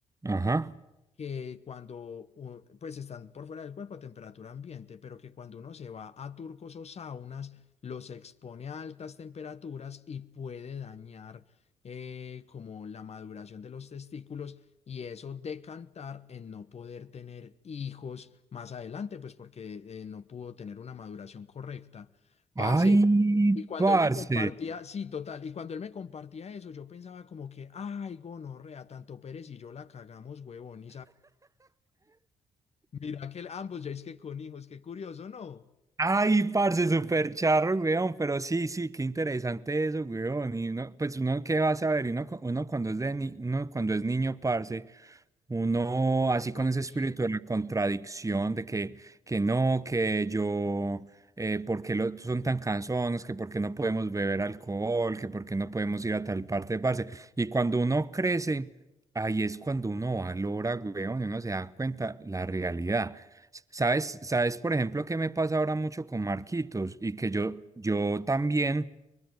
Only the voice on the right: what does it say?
Ajá.
Ay,
parce.
Ay, parce, súper charro, weón, pero sí, sí, qué interesante eso, weón. Y uno, pues uno qué va a saber, y uno, cu- uno cuando es de ni- uno cuando es niño, parce, uno
así
con ese espíritu de la contradicción, de que, que no, que yo, eh, porque lo, son tan cansones, que porque no podemos beber alcohol, que porque no podemos ir a tal parte, parce. Y cuando uno crece, ahí es cuando uno valora, weón, y uno se da cuenta la realidad. S- ¿Sabes, sabes, por ejemplo, qué me pasa ahora mucho con Marquitos y que yo,
yo también